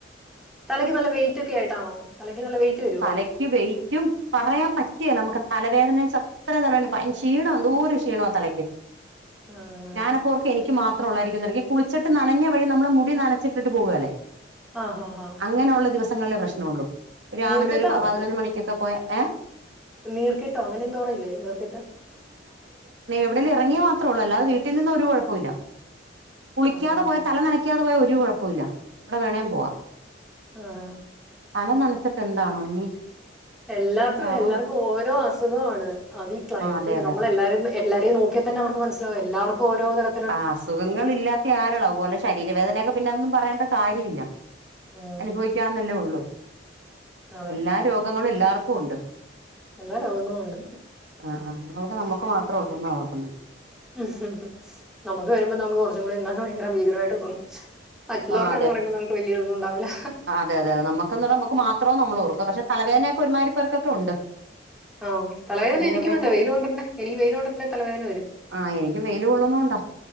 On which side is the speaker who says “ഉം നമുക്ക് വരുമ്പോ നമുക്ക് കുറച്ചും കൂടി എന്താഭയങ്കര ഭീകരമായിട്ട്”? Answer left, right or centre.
Centre